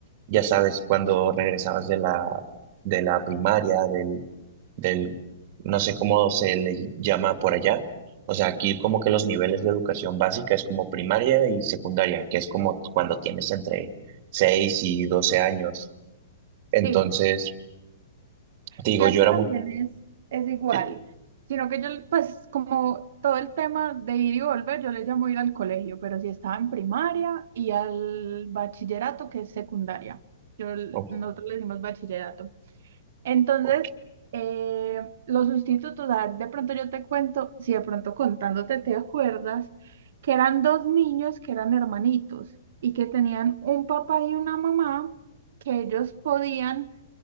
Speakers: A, on the right; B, on the right.
A: Ya sabes, cuando regresabas de la, de la primaria, del, del, no sé cómo se le llama por allá. O sea, aquí como que los niveles de educación básica es como primaria y secundaria, que es como cuando tienes entre 6 y 12 años. Entonces,
B: Sí,
A: te digo,
B: sí, aquí
A: yo era
B: también
A: muy...
B: es, es igual,
A: sí,
B: sino que yo, pues como todo el tema de ir y volver, yo le llamo ir al colegio, pero sí estaba en primaria y al bachillerato, que es secundaria. Yo,
A: ok,
B: nosotros le decimos bachillerato. Entonces,
A: ok.
B: eh, los sustitutos, a ver, de pronto yo te cuento, si de pronto contándote te acuerdas, que eran dos niños que eran hermanitos y que tenían un papá y una mamá que ellos podían